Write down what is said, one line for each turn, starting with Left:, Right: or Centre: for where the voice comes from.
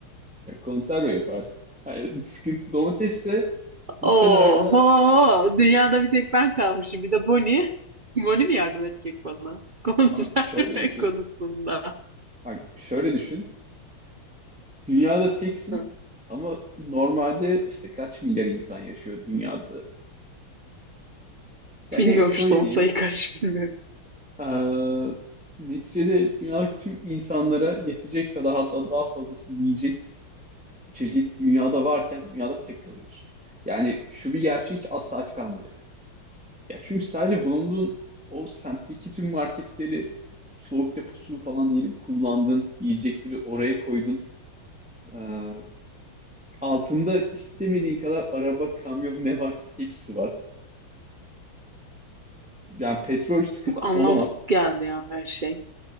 Centre: Ya konserve yaparsın. Yani sıkıntı domatesse
Right: Oho!
Centre: bu senaryoda
Right: Dünyada bir tek ben kalmışım. Bir de Bonnie. Bonnie mi yardım edecek bana? <laughs> Konserve
Centre: ama şöyle düşün.
Right: konusunda.
Centre: Bak şöyle düşün. Dünyada teksin
Right: Hı.
Centre: ama normalde işte kaç milyar insan yaşıyor dünyada? Yani
Right: Bilmiyorum
Centre: ne şöyle
Right: şu son
Centre: diyelim.
Right: sayı kaç bilmiyorum.
Centre: eee, neticede dünyadaki tüm insanlara yetecek kadar hatta daha fazlası yiyecek, içecek dünyada varken dünyada tek kalıyorsun. Yani şu bir gerçek ki asla aç kalmayacaksın. Ya çünkü sadece bulunduğun o semtteki tüm marketleri, soğuk deposunu falan diyelim kullandın, yiyecekleri oraya koydun. Ee, Altında istemediği kadar araba, kamyon ne varsa hepsi var. Yani petrol sıkıntı
Right: Çok anlamsız
Centre: olamaz.
Right: geldi ya her şey.